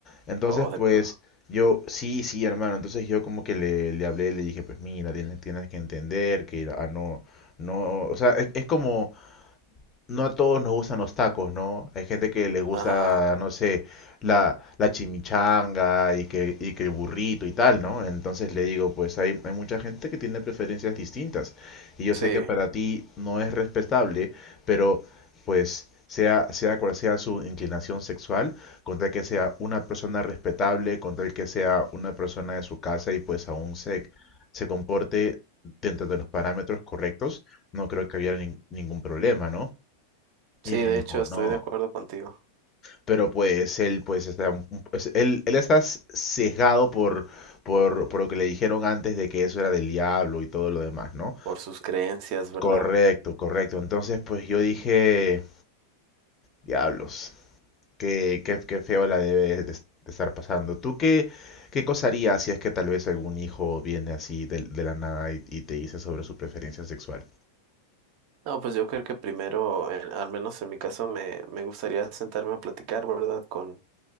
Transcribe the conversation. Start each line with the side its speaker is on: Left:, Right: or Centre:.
Left: Entonces,
Right: O de
Left: pues,
Right: pl-
Left: yo, sí, sí, hermano. Entonces yo como que le, le hablé, le dije, pues mira, tienes, tienes que entender que ah, no, no, o sea, es, es como, no a todos nos gustan los tacos, ¿no? Hay gente que les gusta,
Right: Ajá,
Left: no sé, la, la chimichanga y que, y que el burrito y tal, ¿no? Entonces le digo, pues hay, hay mucha gente que tiene preferencias distintas. Y yo
Right: sí,
Left: sé que para ti no es respetable, pero pues sea, sea cual sea su inclinación sexual, con tal que sea una persona respetable, con tal que sea una persona de su casa y pues aún se, se comporte dentro de los parámetros correctos, no creo que haya nin- ningún problema, ¿no?
Right: sí,
Left: Y me
Right: de
Left: dijo,
Right: hecho estoy
Left: no,
Right: de acuerdo contigo
Left: pero pues él pues está un- un- pues, él, él está s- sesgado por, por, por lo que le dijeron antes de que eso era del diablo y todo lo demás, ¿no?
Right: por sus creencias, ¿verdad?
Left: Correcto, correcto. Entonces, pues yo dije, diablos, qué, qué, qué feo la debe de, de estar pasando. ¿Tú qué, qué cosa harías si es que tal vez algún hijo viene así de, de la nada y, y te dice sobre su preferencia sexual?
Right: No, pues yo creo que primero, en- al menos en mi caso, me, me gustaría sentarme a platicar, ¿verdad? Con,